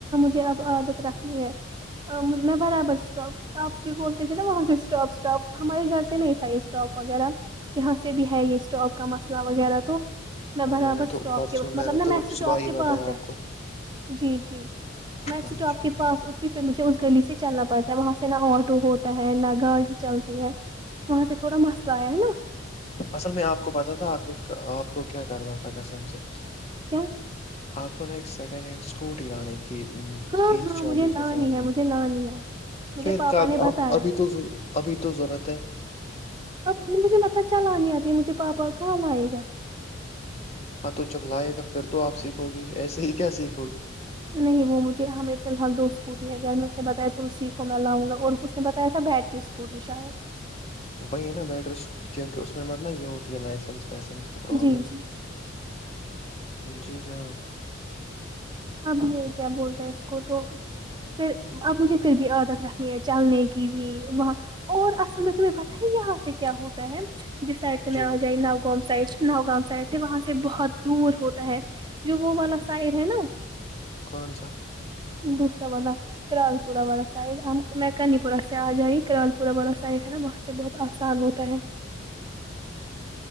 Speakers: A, on the right; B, on the left.
A: مج اب عادت رکھنی ہے میں برابر اسٹاک آپ بھی بولتے تھے نا وہاں سے اسٹاپ اسٹاپ ہمارے گھر سے نہیں تھا یہ اسٹاپ وغیرہ یہاں سے بھی ہے یہ اسٹاپ کا مسئلہ وغیرہ تو می
B: ہاں
A: بر
B: میں نے
A: اسٹاپ
B: تو پرسوں
A: کے بس مطلب
B: نے
A: ن م
B: تو
A: میں سٹاپ
B: صبح ہی
A: کے
B: بتایا
A: پانچ راتھ
B: آپ کو
A: جی جی میں
B: ہاں
A: سٹاپ
B: جی
A: کے پاس اتری پھر مجھے اس گلی سے چلنا پڑتا ہے وہاں سے نہ آٹو ہوتا ہے نہ گاڑی چلتی ہے وہاں سے تھوڑا مسئلہ آیا ہے نا
B: اصل میں آپ کو پتتا تھا آپ کے آپ کو کیا کرنا تھا کسم سے
A: کیا
B: آپ کو نے ایک سیکنڈ ہینڈ اسکوٹی لانی تھی م،
A: ہاں
B: تیس
A: ہاں
B: چالیس
A: مجھے ل
B: ہزار
A: ہی ہے
B: کی
A: مجھے لانی ہے مجھے
B: پھر
A: پاپا
B: کب
A: نے بتایا
B: ابھی تو ضرور- ابھی تو ضرورت ہے
A: اب مجھے مطلب چلانی آتی ہے مجھے پاپا کہاں آئے گا
B: ہاں تو جب لائے گا پھر تو آپ سیکھوی ایسے ہی کیا سیکھو گی
A: نہیں وہ مجھے ہمیں فیحال دو اسکوٹی ہے گیا میں اس نے بتایا تم سیکھو م میں لاں گا اور اس نے بتایا ای تھاا بیٹری اسک کوٹی شاید
B: وہی نا بیٹری کیونکہ اس میں مت نا یہ ہوتی ہے لائسنس ویسن مس کی پرابلم
A: جی جی
B: جی ہاں
A: اب یہ کیا بولتا ہے اس کو تو پھر اب مجھے پھر بھی عادت رکھنی ہے چلنے کی بھی وہ اور اصل میں تمہیں پتا ہے یہاں سے کیا ہوتا ہے جس سائڈ سے
B: جی
A: میں آ جائی ناگاؤں میں سائڈ ناگام سائڈ سے وہاں سے بہت دور ہوتا ہے جو وہ والا س سائڈ ہے نا
B: کون سا
A: دوسرا واللا کرالپورہ والا سائڈ میں کنی پورہ سے آ جائی کرالپورہ والا سائڈ ہے نا اس سے بہت آسان ہوتا ہے